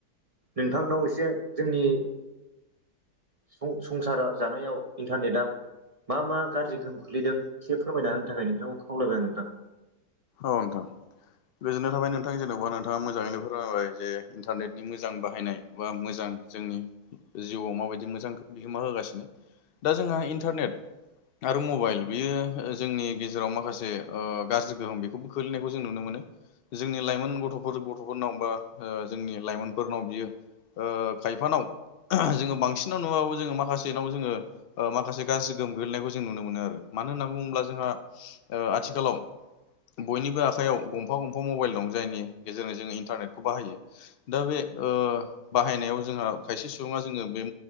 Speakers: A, on the right; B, on the left.
A: नोंथांनाव एसे जोंनि सं संसारा जानायाव इन्टारनेटआ मा मा गाज्रि गोहोम खोख्लैदों एसे फोरमायना होनो थाखाय नोंथांखौ खावलायबाय आं नोंथां।
B: औ नोंथां। गोजोननाय थाबाय नोंथां जेन'बा नोंथाङा मोजाङैनो फोरमायबाय जे इन्टारनेटनि मोजां बाहायनाय। बा मोजां जोंनि जिउआव माबायदि मोजां बिहोमा होगासिनो‌। दा जोंहा इन्टारनेट आरो मबाइल बेयो जोंनि गेजेराव माखासे ओ गाज्रि गोहोम बेखौबो खोलैनायखौ जों नुनो मोनो। जोंनि लाइमोन गथ'फोर गथ'फोरनाव बा ओ जोंनि लाइमोनफोरनाव बियो ओ खायफानाव जोङो बांसिनाव नुबाबो जोङो माखासेनाव जोङो माखासे गाज्रि गोहोम गोग्लैनायखौ जों नुनो मोनो आरो। मानो होनना बुङोब्ला जोंहा ओ आथिखालाव बयनिबो आखाइयाव गंफा गंफा मबाइल दं जायनि गेजेरजों जोङो इन्टारनेटखौ बाहायो। दा बे बाहायनायाव जोंहा खायसे सुबुङा जोङो बे